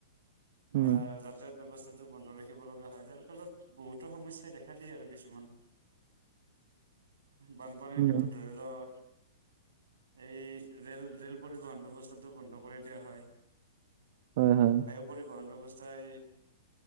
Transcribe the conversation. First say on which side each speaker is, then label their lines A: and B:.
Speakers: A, on the right; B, on the right.
A: উম,
B: বা যাতায়াত ব্যৱস্থা বন্ধ ৰাখিব লগা হয় যাৰ ফলত বহুতো সমস্যাই দেখা দিয়ে আৰু কিছুমান বানপানীৰ
A: উম,
B: ক্ষেত্ৰত ধৰি লোৱা এই ৰেল ৰেল পৰিবহণ ব্যৱস্থাটো বন্ধ কৰি দিয়া হয়
A: হয়, হয়।
B: পৰিবহণ ব্যৱস্থাই